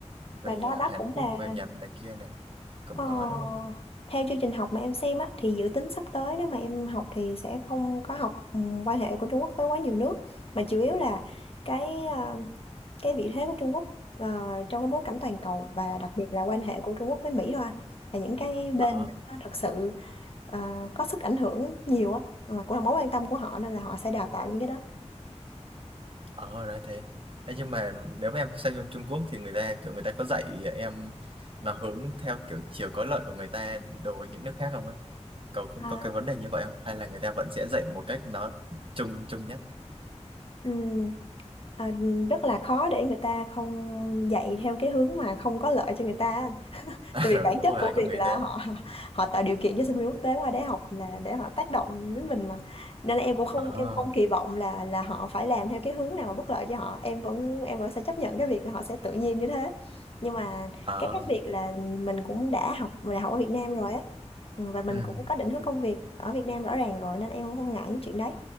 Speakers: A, on the right (about 50°); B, on the left (about 55°).
A: về
B: và đó
A: à,
B: đó
A: Hàn
B: cũng
A: Quốc
B: là
A: về Nhật này kia nè cũng
B: Ờ,
A: có đúng không
B: theo chương trình học mà em xem á, thì dự tính sắp tới nếu mà em học thì sẽ không có học ừ, quan hệ của Trung Quốc với quá nhiều nước mà chủ yếu là cái ờ, cái vị thế của Trung Quốc ờ, trong cái bối cảnh toàn cầu và đặc biệt là quan hệ của Trung Quốc với Mỹ thôi anh. là những cái bên
A: ờ
B: mà nó thật sự ờ, có sức ảnh hưởng nhiều á mà cũng là mối quan tâm của họ nên là họ sẽ đào tạo những cái đó
A: ờ ra thế Ê, nhưng mà nếu mà em sang trong Trung Quốc thì người ta kiểu người ta có dạy em nó hướng theo kiểu chiều có lợi của người ta đối với những nước khác không ấy có, có
B: Ờ,
A: có cái vấn đề như vậy không hay là người ta vẫn sẽ dạy một cách nó chung chung nhất
B: Ừ. à, ừm, à, rất là khó để người ta không dạy theo cái hướng mà không có lợi cho người ta á.
A: <laughs>
B: tại vì
A: ừ,
B: bản
A: đúng
B: chất
A: rồi
B: của
A: anh cũng
B: việc
A: nghĩ
B: là
A: thế
B: họ họ tạo điều kiện cho sinh viên quốc tế qua để học là để họ tác động đến mình mà nên là em cũng không
A: ờ
B: em không kỳ vọng là là họ phải làm theo cái hướng nào mà bất lợi cho họ em vẫn em vẫn sẽ chấp nhận cái việc là họ sẽ tự nhiên như thế nhưng mà
A: ờ
B: cái khác biệt là mình cũng đã học đại học ở Việt Nam rồi ấy Ừ, và mình
A: ừ.
B: cũng có định hướng công việc ở Việt Nam rõ ràng rồi nên em cũng không ngại những chuyện đấy